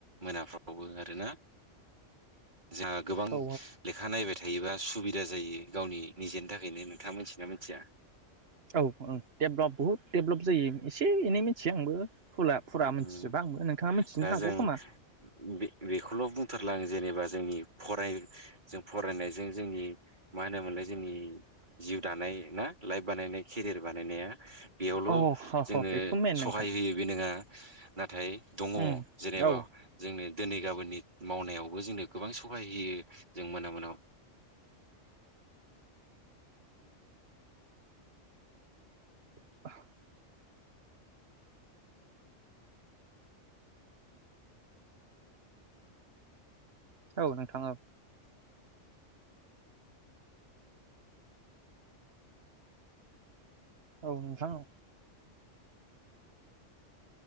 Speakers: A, on the right; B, on the right.
A: मोनाफ्रावबो आरोना। जोंहा गोबां
B: औ
A: लेखा नायबाय थायोबा सुबिदा दा जायो गावनि निजेनि थाखायनो नोंथाङा मिथियोना मिथिया
B: औ औ देभलप बहुत देभलप जायो एसे एनै मिथियो आंबो फुला फुरा मिथिजोबा
A: उम
B: आंबो नोंथाङा मिथिनो
A: दा
B: हागौ
A: जों
B: खोमा।
A: बे बेखौल' बुंथारला आं जेनेबा जोंनि फराय जों फरायनायजों जोंनि मा होनोमोनलाय जोंनि जिउ दानाय ना लाइफ बानायनाय केरियार बानायनाया बेयावल'
B: अ ह ह
A: बे
B: बेथ' मेन
A: सहाय
B: नोंथां
A: होयो बे नङा नाथाय दङ
B: उम
A: जेनेबा
B: औ
A: जोंनो दिनै गाबोननि मावनायावबो जोंनो गोबां सहाय होयो जों मोना मोनायाव
B: <unintelligible> औ नोंथां औ औ नोंथां